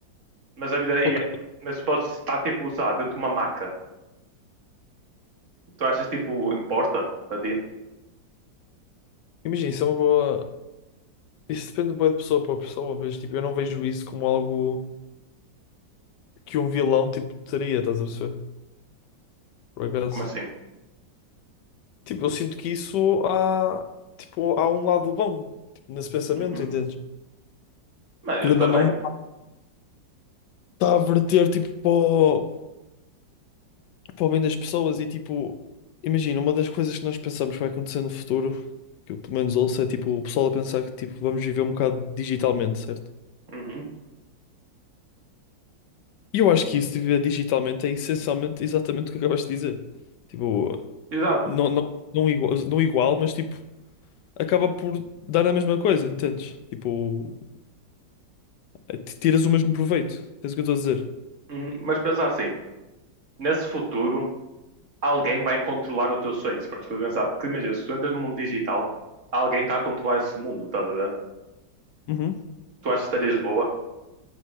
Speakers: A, on the right; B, on the left.
A: Mas a vida,
B: Ok.
A: ia- mas tu podes estar tipo, sei lá, dentro de uma maca. Tu achas tipo, importa para ti?
B: Imagina, isso é uma boa. Isso depende bué de pessoa para pessoa, mas tipo, eu não vejo isso como algo que um vilão tipo teria, estás a perceber? Por acaso.
A: Como assim?
B: Tipo, eu sinto que isso há. Tipo, há um lado bom, tipo, nesse pensamento,
A: Uhum.
B: entendes?
A: Mano,
B: Querendo
A: eu também.
B: ou não. está a verter tipo para o, para o bem das pessoas e tipo, imagina, uma das coisas que nós pensamos que vai acontecer no futuro, que eu pelo menos ouço, é tipo o pessoal a pensar que tipo vamos viver um bocado digitalmente, certo?
A: Uhum.
B: E eu acho que isso de viver digitalmente é essencialmente exatamente o que acabaste de dizer. Tipo,
A: Exato.
B: não, não, não igual, não igual, mas tipo, acaba por dar a mesma coisa, entendes? Tipo, é- tiras o mesmo proveito. Entendes o que eu estou a dizer?
A: Uhum. Mas pensa assim, nesse futuro, alguém vai controlar o teu sonho, se paras para pensar. Porque imagina, se tu entras no mundo digital, alguém está a controlar esse mundo, estás a ver?
B: Uhum.
A: Tu achas que estarias boa?